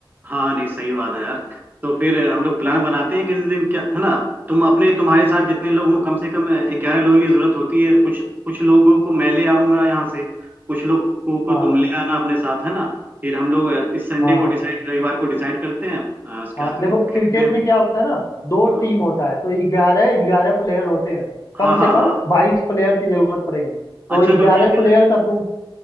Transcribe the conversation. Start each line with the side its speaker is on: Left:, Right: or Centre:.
Right: हाँ नहीं सही बात है यार तो फिर हम लोग प्लान बनाते हैं किसी दिन क्या है ना तुम अपने तुम्हारे साथ जितने लोग हो कम से कम ग्यारह लोगों की जरूरत होती है कुछ कुछ लोगों को मैं ले आऊंगा यहाँ से कुछ लोगों को
Left: हाँ
Right: तुम ले आना अपने साथ है ना फिर हम लोग अ, इस संडे
Left: हाँ
Right: को डिसाइड रविवार को डिसाइड करते हैं अ, उसके
Left: हाँ
Right: बाद फिर
Left: देखो
Right: हम खेलते
Left: क्रिकेट
Right: हैं
Left: में क्या होता है ना दो
Right: हाँ
Left: टीम होता है तो ग्यारह ग्यारह प्लेयर होते हैं कम
Right: हाँ हाँ
Left: से कम
Right: हाँ
Left: बाईस प्लेयर की जरूरत पड़ेगी तो
Right: अच्छा
Left: ग्यारह
Right: तो ठीक है
Left: प्लेयर का तुम